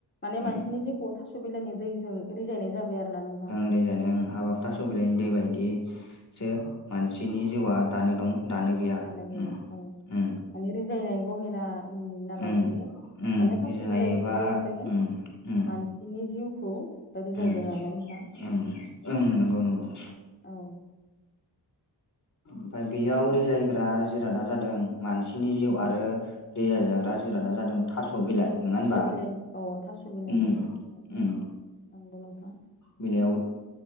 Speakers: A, on the left; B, on the left.
A: माने
B: उम
A: मानसिनि जिउखौ थास' बिलानि दैजों रिजायनाय जाबाय आरो ना नोंथां।
B: रिजायनाय ओं हाबाब थास'बिलानि दैबायदिसो मानसिनि जिउआ दानो दं गैया
A: दानो गैया
B: उम
A: औ।
B: उम
A: माने रिजायनाय गहेना नालाय
B: उम
A: बे
B: उम
A: माने थास'
B: रिजायनायबा
A: बिलाइनि दैजों
B: उम उम
A: मानसिनि जिउ खौ रिजायदों
B: उम
A: आरोना नोंथां।
B: उम
A: ओम
B: ओं नंगौ नंगौ
A: औ।
B: ओमफाय बेयाव रिजायग्रा जिरादा जादों मानसिनि जिउ आरो रिजाय जाग्रा जिरादा जादों थास' बिलाइ नङा होनबा
A: थास' बिलाइ औ थास' बिलाइनि
B: उम
A: दै औ। नंगौ
B: उम
A: नोंथां।
B: बिलाइयाव